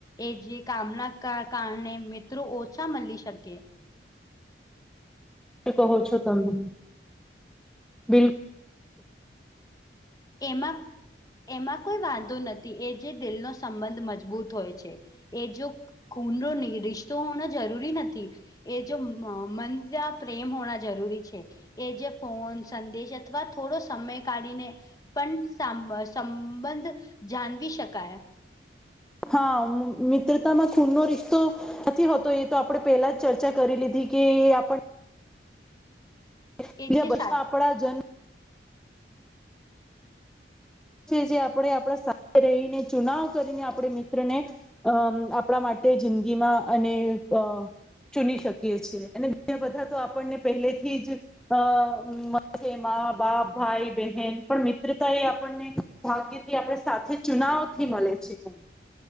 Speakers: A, on the left (about 20°); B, in the centre.
A: એ જે કામના કા કારણે મિત્રો ઓછા મલી શકે.
B: તુ કહો છો તમે. બિલકુલ
A: એમાં એમાં કોઈ વાંધો નથી એ જે દિલનો સંબંધ મજબૂત હોય છે. એ જો ખૂન રો નહી રિશ્તો હોણોં જરૂરી નથી. એ જો મ મંજા પ્રેમ હોણા જરૂરી છે. એ જે ફોન સંદેશ અથવા થોડો સમય કાઢીને પન સામ સંબંધ જાનવી શકાયા.
B: હા, મિત્રતામાં ખૂન નો રિશતો નથી હોતો એ તો આપડે પેલા જ ચર્ચા કરી લીધી. કે આપડ <unintelligible>
A: એ જે
B: બસતા
A: સા
B: આપડા જન્મ જે આપડે આપડે સાથે રહીને ચુનાવ કરીને આપડે મિત્રને અમ આપણા માટે જિંદગીમાં અને અ ચૂની શકીએ છીએ એને બી બધા તો આપણને પહેલે થી જ અ મ <unintelligible> શે મા-બાપ, ભાઈ-બહેન પણ મિત્રતા એ આપણને ભાગ્ય થી આપડે સાથે ચુનાવ થી મલે છે એમ.